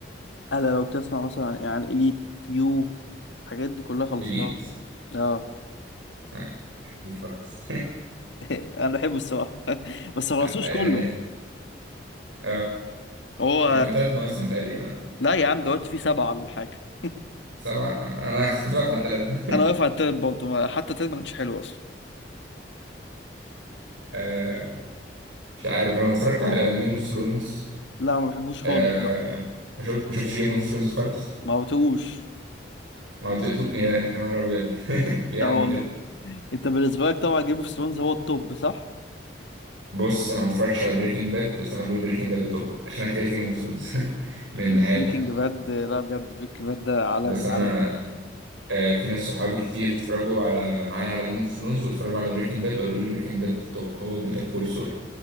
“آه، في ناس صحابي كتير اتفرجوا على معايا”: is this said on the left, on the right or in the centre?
Right